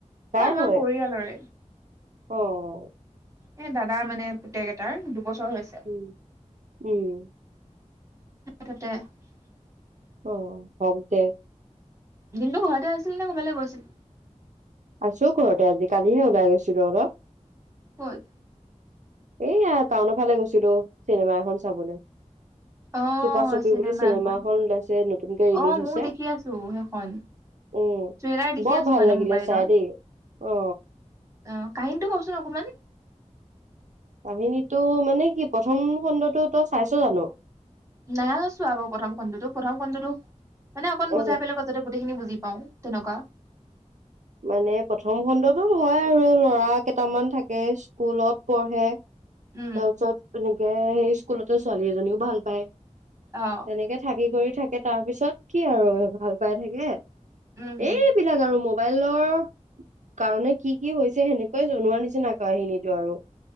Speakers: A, on the right; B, on the right.
A: কাৰ
B: এ আমাৰ
A: হয়
B: পৰিয়ালৰে
A: অ
B: এ দাদাৰ মানে পুতেক এটাৰ দুবছৰ হৈছে
A: উম উম
B: <unintelligible>
A: অ কমকে
B: দিনতটো ঘৰতে আছিলি নে কৰবালে গৈছিল
A: আছো ঘৰতে আজি কালিহে ওলাই গৈছিলো অলপ
B: কত
A: এইয়া টাউনৰ ফালে গৈছিলো চিনেমা এখন চাবলৈ
B: অ
A: চুপা চুপি
B: চিনেমা
A: বুলি
B: এখন
A: ওলাইছে নতুনকে ৰিলিজ
B: অ
A: হৈছে
B: মইয়ো দেখি আছো সেইখন
A: উম
B: টেলাৰ দেখি
A: বৰ
B: আছো
A: ভাল
B: মানে
A: লাগিলে
B: মোবাইলত
A: চাই দেই। অ
B: অ কাহিনীটো কওচোন অকণমান
A: কাহিনীটো মানে কি প্ৰথম খণ্ডটো তই চাইছো জানো
B: নাই চোৱা বাৰু প্ৰথম খণ্ডটো প্ৰথম খণ্ডটো মানে অকণ
A: অ
B: বুজাই পেলাই ক যাতে গোটেইখিনি বুজি পাওঁ তেনেকুৱা
A: মানে প্ৰথম খণ্ডটোত হয় আৰু ল'ৰা কেইটামান থাকে স্কুলত পঢ়ে
B: উম
A: তাৰপিছত তেনেকে সেই স্কুলতো ছোৱালী এজনীও ভাল পায়
B: অ
A: তেনেকে থাকি কৰি থাকে তাৰ পিছত কি আৰু ভাল পাই থাকে
B: উম উম
A: এইবিলাক আৰু ম মোবাইলৰ কাৰণে কি কি হৈছে সেনেকুৱাই জনোৱাৰ নিচিনা কাহিনীটো আৰু